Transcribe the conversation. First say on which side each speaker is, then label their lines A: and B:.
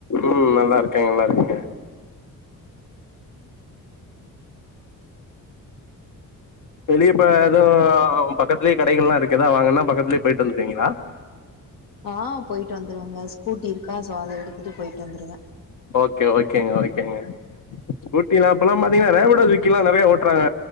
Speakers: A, on the left (about 60°); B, on the left (about 75°).
A: ம் நல்லா இருக்கே நல்லா இருக்கே வெளிய இப்ப எது ம் பக்கத்துலியே கடைகல்லா இருக்குனா வாங்கன பக்கத்துலே பேய்ட்டு வந்த்ருவீங்களா
B: ஆ போய்ட்டு வந்துருவங்க ஸ்கூட்டி இருக்கா சோ அத எடுத்துட்டு போய்ட்டு வந்துருவே
A: ஓகே ஓகேங்க ஓகேங்க ஸ்கூட்டிலா அப்பல்லாம் பாத்தீங்கன்னா ரேபிட்டே சுகில்லா நெறைய ஓட்றாங்க